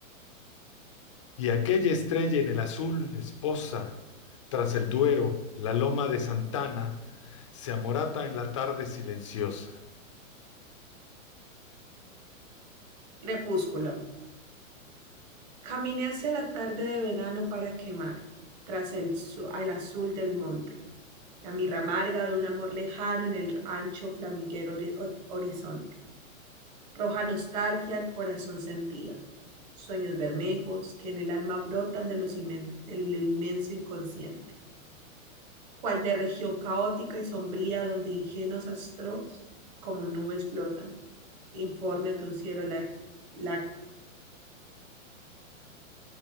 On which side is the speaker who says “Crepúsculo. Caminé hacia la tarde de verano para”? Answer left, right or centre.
Right